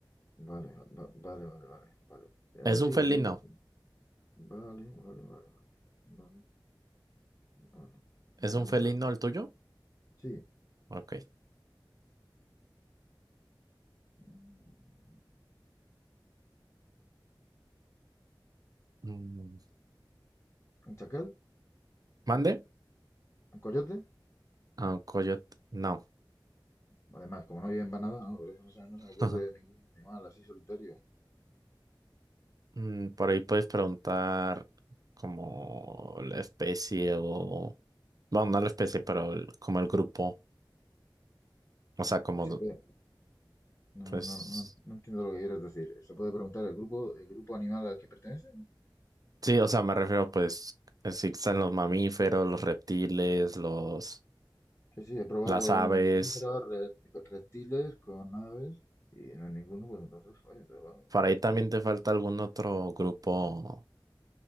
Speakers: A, on the left; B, on the right.
A: Vale, va- vale, vale, vale. vale. Eh,
B: Es
A: sí,
B: un felino.
A: quería decir- Vale, vale, vale, vale. Vale, vale.
B: ¿Es
A: Vale,
B: un felino
A: muchas gracias.
B: el tuyo?
A: Sí.
B: Ok.
A: Mm,
B: Mm,
A: ¿Un chacal?
B: ¿Mande?
A: ¿Un coyote?
B: Ah, un coyote. No.
A: Además, como no viven para nada, no, Por eso no se, no se me ocurre
B: <laughs>
A: ningún animal así solitario.
B: Mm, Por ahí puedes preguntar como la especie o... Bueno, no la especie, pero el- como el grupo. O sea, como
A: Se puede No,
B: pues...
A: no, no, no entiendo lo que quieres decir. ¿Se puede preguntar el grupo, el grupo animal al que pertenecen?
B: Sí, o sea, me refiero pues si están los mamíferos, los reptiles, los...
A: Sí, sí, he probado
B: las aves.
A: con los mamíferos, re- con reptiles, con aves y no hay ninguno, pues entonces falla. te va-
B: Por ahí también
A: por eso.
B: te falta algún otro grupo